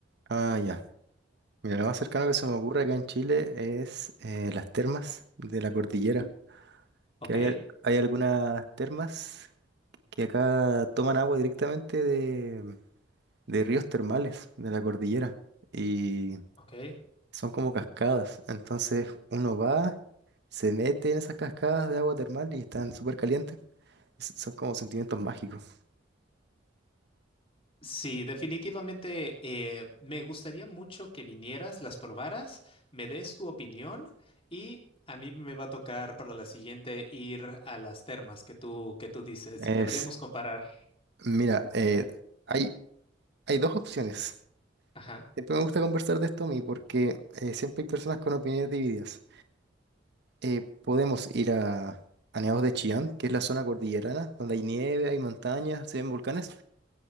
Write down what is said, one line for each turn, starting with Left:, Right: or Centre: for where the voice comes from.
Right: Ah, ya. Mira, lo más cercano que se me ocurre acá en Chile es eh, las termas de la cordillera.
Left: Ok,
Right: Que hay, al- hay algunas termas que acá toman agua directamente de, de ríos termales de la cordillera. Y
Left: ok.
Right: son como cascadas. Entonces uno va, se mete en esas cascadas de agua termal y están súper calientes. S- Son como sentimientos mágicos.
Left: Sí, definitivamente eh, me gustaría mucho que vinieras, las probaras, me des tu opinión y a mí me va a tocar para la siguiente ir a las termas que tú que tú dices.
Right: Es,
Left: Deberíamos comparar.
Right: mira, eh, hay, hay dos opciones.
Left: Ajá.
Right: Siempre me gusta conversar de esto a mí porque eh, siempre hay personas con opiniones divididas. Eh, podemos ir a, a Nevados de Chillán, que es la zona cordillerana, donde hay nieve, hay montañas, se ven volcanes.